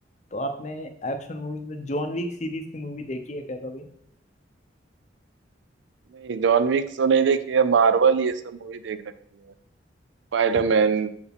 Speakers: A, on the left; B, on the right.
A: तो आपने एक्शन मूवीज में जॉन विक सीरीज की मूवी देखी है क्या कभी
B: नहीं जॉन विक तो नहीं देखी है मार्वल ये सब मूवी देख रखी है स्पाइडरमैन
A: तो